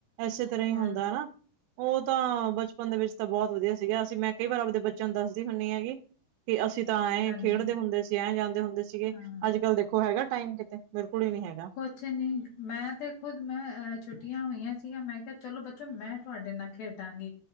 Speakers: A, on the right; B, on the left.
A: ਇਸੇ ਤਰ੍ਹਾਂ ਹੀ
B: ਹਾਂ
A: ਹੁੰਦਾ ਹੈ, ਨਾ ਉਹ ਤਾਂ ਬਚਪ ਦੇ ਵਿੱਚ ਤਾਂ ਬਹੁਤ ਵਧੀਆ ਸੀਗਾ ਅਸੀਂ ਮੈਂ ਕਈ ਵਾਰ ਆਪਦੇ ਬੱਚਿਆਂ ਨੂੰ ਦੱਸਦੀ ਹੁੰਦੀ ਹਗੀ। ਕਿ ਅਸੀਂ ਤਾਂ ਐਏਂ
B: ਹਾਂਜੀ
A: ਖੇਡਦੇ ਹੁੰਦੇ ਸੀ ਐਏਂ ਜਾਂਦੇ ਹੁੰਦੇ ਸੀਗੇ
B: ਹਾਂ
A: ਅੱਜ ਕੱਲ੍ਹ ਦੇਖੋ ਹੈਗਾ ਟਾਈਮ ਕਿ ਬਿਲਕੁਲ ਹੀ ਨੀ ਹੈਗਾ
B: ਬੱਚੇ ਨੇ ਮੈਂ ਤੇ ਖੁੱਦ ਮੈਂ ਅ ਛੁੱਟੀਆਂ ਹੋਈਆਂ ਸੀਗੀਆਂ ਮੈਂ ਕਿਹਾ ਚਲੋ ਬੱਚੋ ਮੈਂ ਤੁਹਾਡੇ ਨਾਲ ਖੇਡਾਂਗੀ